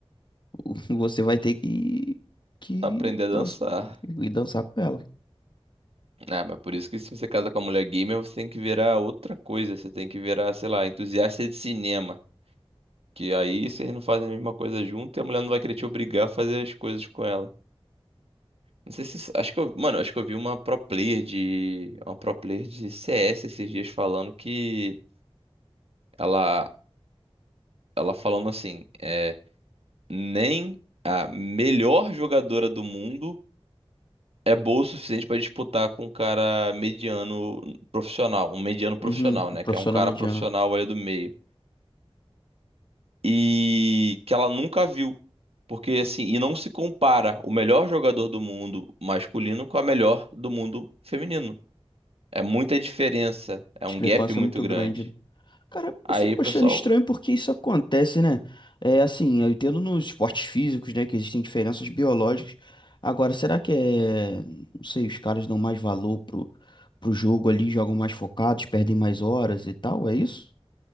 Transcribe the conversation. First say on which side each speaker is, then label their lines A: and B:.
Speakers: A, on the left; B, on the right.
A: <laughs> Você vai ter que, que
B: aprendi a dançar.
A: dan- ir dançar com ela.
B: É, mas por isso que se você casa com a mulher gamer, você tem que virar outra coisa. Você tem que virar, sei lá, entusiasta de cinema. Que aí vocês não fazem a mesma coisa junto e a mulher não vai querer te obrigar a fazer as coisas com ela. Não sei se. Acho que eu. Mano, acho que eu vi uma pro player de. Uma pro player de CS esses dias falando que. Ela. Ela falando assim. é, Nem a melhor jogadora do mundo é boa o suficiente para disputar com um cara mediano profissional, um mediano profissional,
A: Uhum,
B: né?
A: o profissional
B: Que é um cara
A: mediano.
B: profissional ali do meio. E que ela nunca viu. Porque assim, e não se compara o melhor jogador do mundo masculino com a melhor do mundo feminino. É muita diferença, é
A: Discrepância
B: um gap muito
A: é muito
B: grande.
A: grande. né? Cara,
B: Aí,
A: eu fico
B: pessoal,
A: achando estranho
B: não
A: porque isso acontece, né? É assim, eu entendo nos esportes físicos, né, que existem diferenças biológicas. Agora, será que é, não sei, os caras dão mais valor pro, pro jogo ali, jogam mais focados, perdem mais horas e tal, é isso?